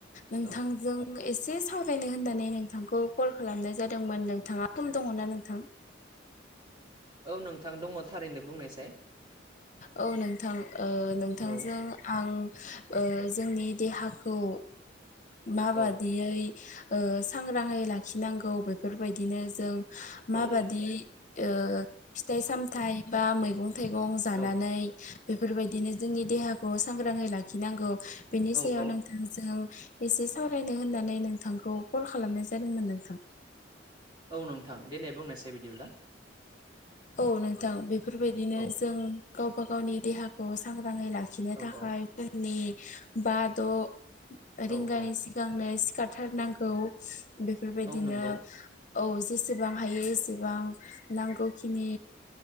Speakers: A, on the left; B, on the right.
A: नोंथांजों
B: औ
A: ए से सावरायनो होननानै नोंथांखौ कल खालामनाय जादोंमोन नोंथाङा सम दङना नोंथां? <inaudible>
B: औ नोंथां दङ थारैनो बुंनायसाय
A: औ नोंथां ओ नोंथांजों
B: औ
A: आं जोंनि देहाखौ माबादियै
B: औ
A: ओ सांग्राङै लाखिनांगौ बेफोरबायदिनो जों माबादि
B: औ
A: ओ फिथाइ सामथाइ बा मै गं थाइगं जानानै
B: औ
A: बेफोरबायदिनो जोंनि देहाखौ सांग्राङै लाखिनांगौ। बेनि
B: औ
A: सायाव
B: औ
A: नोंथांजों एसे सावरायनो होननानै नोंथांखौ कल खालामनाय जादोंमोन नोंथां।
B: औ नोंथां देनाय बुंनायसाय बिदिब्ला
A: औ नोंथां बेफोरबायदिनो
B: औ
A: जों गावबा गावनि देहाखौ सां गोबाङै लाखिनो
B: औ
A: थाखाय
B: औ
A: फुंनि बा, द' रिंगानि
B: औ औ
A: सिगांनो सिखारथारनांगौ बेफोरबायदिनो
B: औ नंगौ
A: औ जेसेबां हायो एसेबां नांगौखिनि